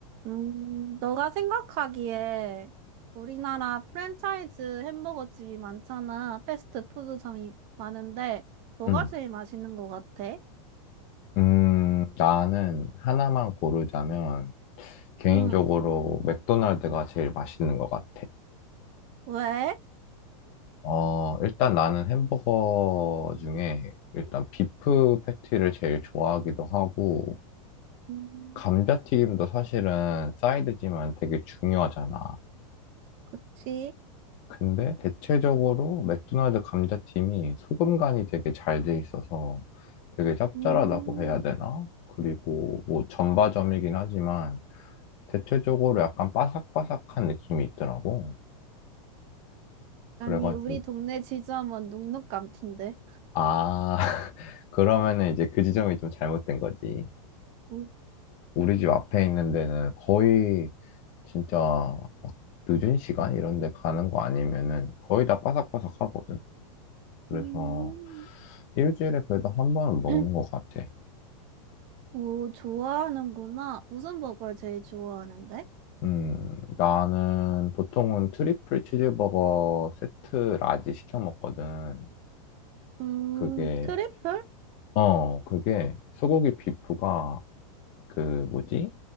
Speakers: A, on the right (about 35°); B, on the left (about 35°).
A: 음, 너가 생각하기에 우리나라 프랜차이즈 햄버거 집이 많잖아. 패스트푸드점이 많은데, 뭐가
B: 음,
A: 제일 맛있는 것 같아?
B: 음, 나는 하나만 고르자면 개인적으로
A: 응,
B: 맥도날드가 제일 맛있는 것 같아.
A: 왜?
B: 어, 일단 나는 햄버거 중에 일단 비프 패티를 제일 좋아하기도 하고
A: 음,
B: 감자튀김도 사실은 사이드지만 되게 중요하잖아.
A: 그치.
B: 근데 대체적으로 맥도날드 감자튀김이 소금 간이 되게 잘 돼 있어서 되게 짭짤하다고
A: 음,
B: 해야 되나? 그리고 뭐 전바점이긴 하지만 대체적으로 약간 바삭바삭한 느낌이 있더라고.
A: 아니,
B: 그래가지고,
A: 우리 동네 지점은 눅눅감틴데.
B: 아, <laughs> 그러면은 이제 그 지점이 좀 잘못된 거지.
A: 음,
B: 우리 집 앞에 있는 데는 거의 진짜 막 늦은 시간 이런 데 가는 거 아니면은 거의 다 바삭바삭하거든. 그래서
A: 음.
B: 일주일에 그래도 한 번은 먹는
A: <clears throat>
B: 것 같아.
A: 오, 좋아하는구나. 무슨 버거를 제일 좋아하는데?
B: 음, 나는 보통은 트리플 치즈버거 세트 라지 시켜 먹거든.
A: 음,
B: 그게,
A: 트리플?
B: 어, 그게 소고기 비프가 그 뭐지?